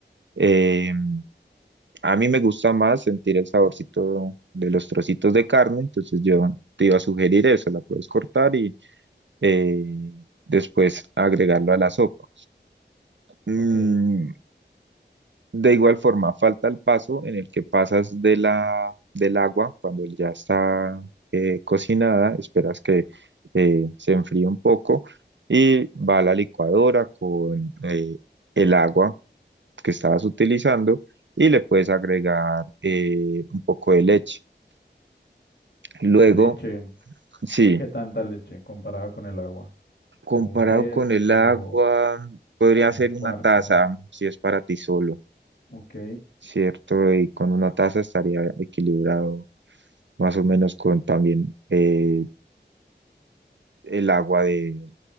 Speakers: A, on the right; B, on the left.
A: Eh, a mí me gusta más sentir el saborcito de los trocitos de carne, entonces yo te iba a sugerir eso, la puedes cortar y eh, después agregarlo a la sopa. Mm,
B: Ok,
A: de igual forma, falta el paso en el que pasas de la, del agua cuando ya está eh, cocinada, esperas que eh, se enfríe un poco y va a la licuadora con eh, el agua que estabas utilizando y le puedes agregar eh, un poco de leche. Luego,
B: leche.
A: sí,
B: ¿Qué tanta leche comparada con el agua?
A: comparado
B: Como un tercio,
A: con el agua, podría
B: un
A: ser
B: cuarto.
A: una taza si es para ti solo.
B: Ok.
A: ¿cierto? Y con una taza estaría equilibrado más o menos con también eh, el agua de,